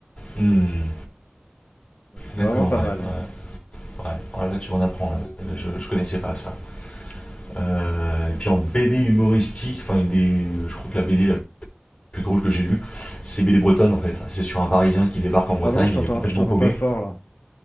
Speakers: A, on the left; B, on the left.
A: Hmm.
B: Donc, c'est
A: D'accord,
B: vraiment pas
A: ouais.
B: mal.
A: ouais, ouais. Ouais, là, tu m'en apprends. là. Je, je connaissais pas ça. Euh, et puis en BD humoristique, enfin, des, je crois que la BD plus drôle que j'ai lu. C'est BD bretonne en fait. C'est sur un Parisien qui débarque en Bretagne,
B: Pardon, je t'entends,
A: il est complètement
B: je t'entends
A: paumé.
B: pas fort là.